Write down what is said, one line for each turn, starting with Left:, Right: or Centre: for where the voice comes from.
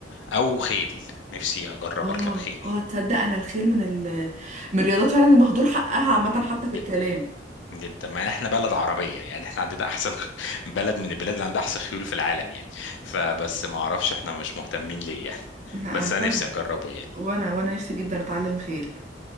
Left: او خيل نفسي اجرب
Right: اه
Left: اركب خيل
Right: اه تصدق انا الخيل من ال من الرياضات فعلا المهدور حقها عامه
Left: مم،
Right: حتى في الكلام
Left: جدا جدا ما احنا بلد عربية يعني احنا عندنا احسن خ- بلد من البلاد اللي عندها احسن خيول في العالم يعني فبس ما اعرفش احنا مش مهتمين ليه يعني <laughs>
Right: لا
Left: بس
Right: انا فعلا
Left: انا نفسي اجربه يعني
Right: وانا وانا نفسي جدا اتعلم خيل